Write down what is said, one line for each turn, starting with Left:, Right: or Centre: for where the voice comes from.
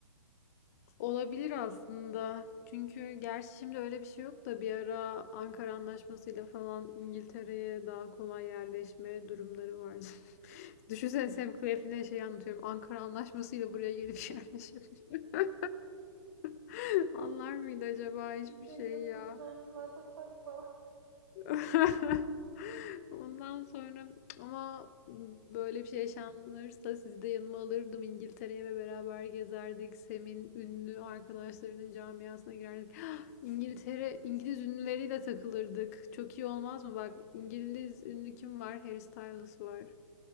Left: Olabilir aslında. Çünkü gerçi şimdi öyle bir şey yok da bir ara Ankara Anlaşması'yla falan İngiltere'ye daha kolay yerleşme durumları vardı. <laughs> Düşünsene Sam Claflin'e şey anlatıyorum. Ankara Anlaşması'yla buraya gelip yerleşebiliyor. <laughs> Anlar mıydı acaba hiçbir
Right: Ne
Left: şey
Right: diyorsun
Left: ya?
Right: sen? What the fuck falan.
Left: <laughs> Ondan sonra ama böyle bir şey yaşanırsa sizi de yanıma alırdım İngiltere'ye ve beraber gezerdik. Sem'in ünlü arkadaşlarının camiasına girerdik. İngiltere, İngiliz ünlüleriyle takılırdık. Çok iyi olmaz mı? Bak İngiliz ünlü kim var? Harry Styles var.